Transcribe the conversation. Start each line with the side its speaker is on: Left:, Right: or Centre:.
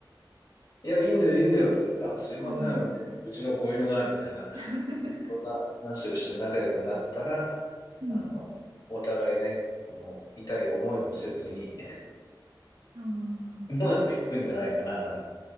Left: いや、いいんだよ、いいんだよとか言って、あ、すいません、
Right: うん。
Left: うちの子犬が、みたいな、
Right: <laughs>
Left: そんな話をして仲良くなったら、
Right: うん。
Left: あの、お互いね、この痛い思いもせずに、
Right: <laughs> ああ、
Left: うまくいくんじゃないかな、なんて